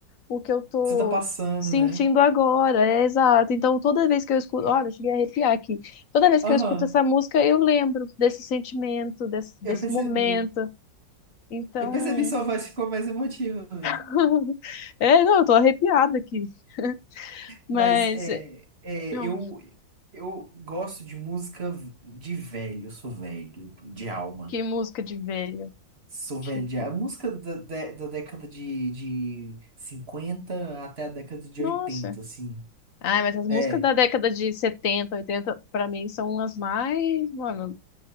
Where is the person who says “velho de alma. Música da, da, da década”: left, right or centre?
Right